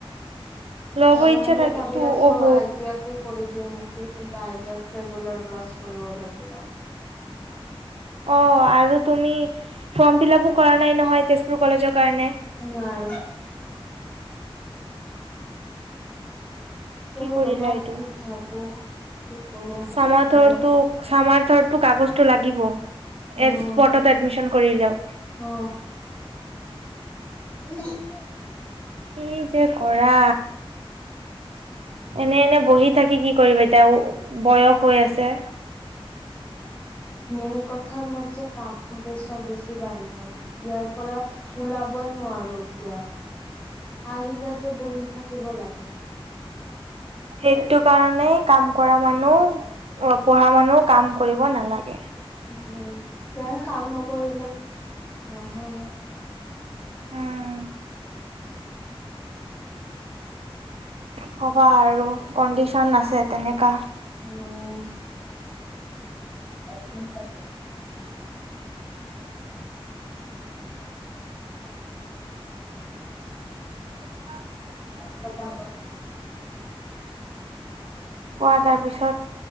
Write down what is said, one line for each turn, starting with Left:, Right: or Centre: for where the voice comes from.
Right: ল'ব
Left: তেনে
Right: ইচ্ছা
Left: হ'লে
Right: থাকে
Left: ভাবি
Right: তো
Left: আছো
Right: অহ
Left: আই টি আই কৰি দিওঁনি। তে কিন্তু আই টি আইত ৰেগুলাৰ ক্লাচ কৰিব লাগিব।
Right: অ আৰু তুমি ফৰ্ম ফিলাপো কৰা নাই নহয় তেজপুৰ কলেজৰ কাৰণে।
Left: নাই।
Right: কি
Left: এ
Right: কৰিলা
Left: ৰবা
Right: এইটো,
Left: কি ভাবো কি কৰো
Right: চামাৰথৰ
Left: মানে
Right: তো চামাৰথৰ তটো কাগজটো লাগিব এ
Left: উম
Right: স্পৰ্টত এডমিশন কৰিলেও।
Left: অ। <inaudible>
Right: কি যে কৰা। এনে এনে বহি থাকি কি কৰিবা এতিয়া বয়স হৈ আছে।
Left: মেইন কথা মোৰ যে কামৰ পেছাৰ বেছি বাঢ়ি গল। ইয়াৰ পৰা ওলাবই নোৱাৰো। এতিয়া আহিলে যে বহি থাকিব লা
Right: সেইটো কাৰণে কাম কৰা মানুহ অ পঢ়া মানুহ কাম কৰিব নালাগে।
Left: উ উম কে কাম নকৰিলে নহয়।
Right: উম কি কবা আৰু কণ্ডিশন আছে তেনেকা।
Left: উম। <unintelligible>
Right: <unintelligible>
Left: <unintelligible>
Right: কোৱা তাৰ পিছত।